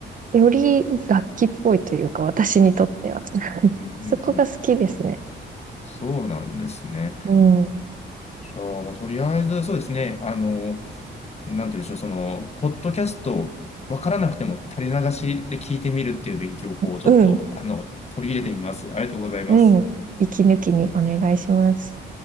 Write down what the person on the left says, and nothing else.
うん、うん、
うん。そうなんですね。
じゃあ、もうとりあえず、そうですね。あの、なんて言うんでしょう、その、ポッドキャスト、わからなくても垂れ流しで聞いてみるっていう勉強法をちょっと、
あの、取り入れてみます。ありがとうございます。